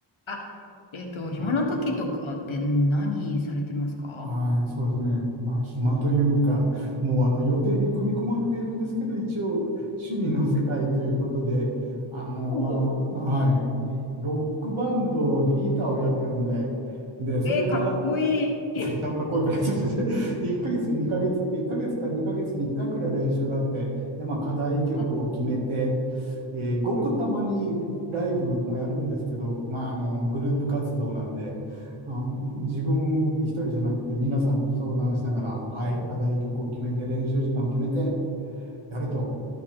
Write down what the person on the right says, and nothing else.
はい、はい、そうですね。まあ、暇というか、もうあの予定に組み込まれているんですけど、一応趣味の世界ということで、あの、
わわはい、ロックバンドでギターをやってるんで、で、それが、
<laughs> かっこよくないですね。<laughs> で、1ヶ月に2ヶ月、1ヶ月か2ヶ月に1回くらい練習があって、で、まあ、課題曲を決めて、
えーごくたまにライブもやるんですけど、
まあ、あのグループ活動なんであ、自分一人じゃなくて皆さんと相談しながら、はい、
課題曲を決めて練習時間を決めてやると